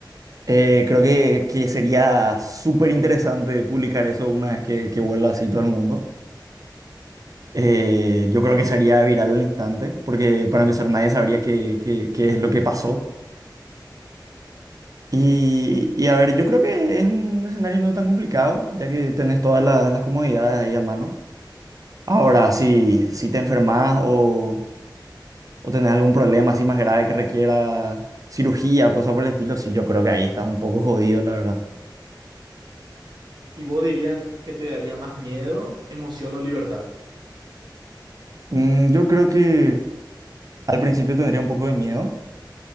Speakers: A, on the right; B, on the right.
A: Eh, creo que, que sería súper interesante publicar eso una vez que, que vuelva así todo el mundo. Eh, yo creo que sería viral al instante, porque para empezar nadie sabría qué, qué, qué es lo que pasó. Y, y a ver, yo creo que es un escenario no tan complicado, ya que tenés todas las las comodidades ahí a mano. Ahora, si, si te enfermas o, o tenés algún problema así más grave que requiera cirugía o cosas por el estilo, sí, yo creo que ahí estás un poco jodido, la verdad.
B: ¿Y vos dirías que te daría más miedo, emoción o libertad?
A: Mm, yo creo que al principio tendría un poco de miedo,